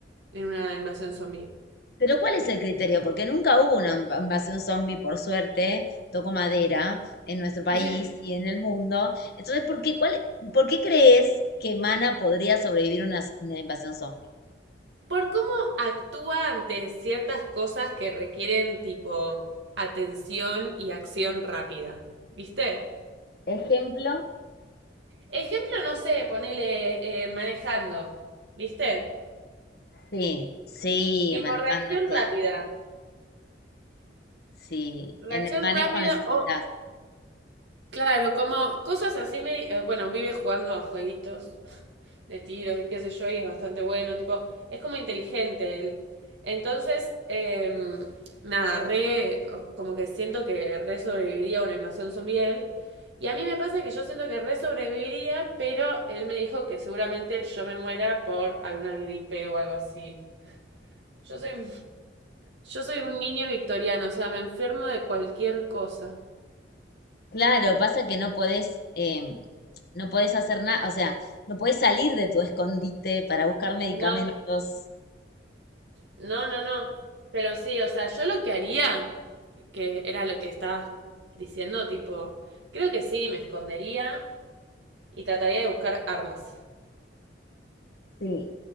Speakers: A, on the right; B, on the left.
A: en una invasión zombie.
B: Pero ¿cuál es el criterio? Porque nunca hubo una inv- invasión zombie, por suerte, toco madera, en nuestro país
A: <laughs>
B: y en el mundo. Entonces, ¿por qué, cuál, por qué crees que Mana podría sobrevivir a una, una invasión zombie?
A: Por cómo actúa ante ciertas cosas que requieren, tipo, atención y acción rápida. ¿Viste?
B: Ejemplo,
A: Ejemplo, no sé, ponele eh, manejando, ¿viste?
B: sí, sí,
A: Tipo
B: manejando,
A: reacción
B: claro.
A: rápida.
B: Sí, en
A: Reacción
B: el manejo
A: rápida
B: necesitas.
A: o, claro, como cosas así me... eh, bueno, vive jugando a jueguitos de tiros y qué sé yo, y es bastante bueno, tipo, es como inteligente él. Entonces, em, nada, re, como que siento que re sobreviviría a una invasión zombie él. Y a mí me pasa que yo siento que re sobreviviría, pero él me dijo que seguramente yo me muera por alguna gripe o algo así. Yo soy, yo soy un niño victoriano, o sea, me enfermo de cualquier cosa.
B: Claro, pasa que no podés, em, no podés hacer nada, o sea, no podés salir de tu escondite para buscar medicamentos.
A: No, no, no, no. Pero sí, o sea, yo lo que haría, que era lo que estabas diciendo, tipo, creo que sí, me escondería y trataría de buscar armas.
B: Sí,